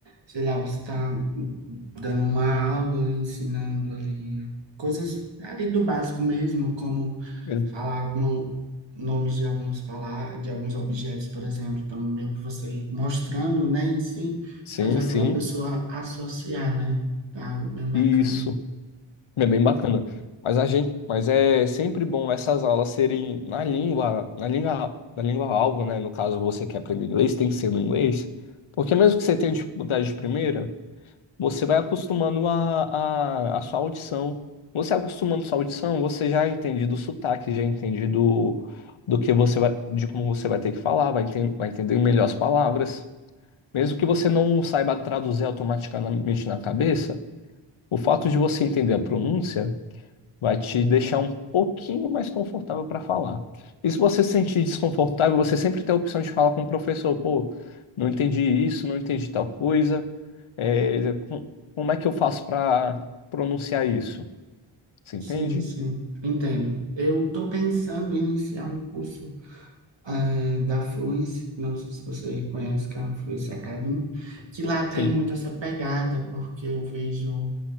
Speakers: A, on the right; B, on the left.
A: sei lá, você tá dando uma aula, ensinando ali coisas ali do básico mesmo, como
B: É.
A: falar algum, nomes de algumas palavras, de alguns objetos, por exemplo. Então, meio que você mostrando, né, em si,
B: Sim,
A: faz aquela
B: sim.
A: pessoa associar, né? É algo bem bacana.
B: Isso. É bem bacana. Mas a gente, mas é sempre bom essas aulas serem na língua, na língua, na língua alvo, né? No caso, você quer aprender inglês, tem que ser no inglês. Porque mesmo que você tenha dificuldade de primeira, você vai acostumando a, a, a sua audição. Você acostumando sua audição, você já entende do sotaque, já entende do, do que você vai, de como você vai ter que falar, vai entender, vai entender melhor as palavras. Mesmo que você não saiba traduzir automaticamente na cabeça, o fato de você entender a pronúncia Vai te deixar um pouquinho mais confortável para falar. E se você se sentir desconfortável, você sempre tem a opção de falar com o professor, pô, não entendi isso, não entendi tal coisa. É, é, com- como é que eu faço para pronunciar isso? Você
A: Sim,
B: entende?
A: sim, entendo. Eu tô pensando em iniciar um curso. é, da Fluence, não sei se você conhece, que é a Fluence Academy, que lá tem
B: Sim,
A: muito essa pegada, porque eu vejo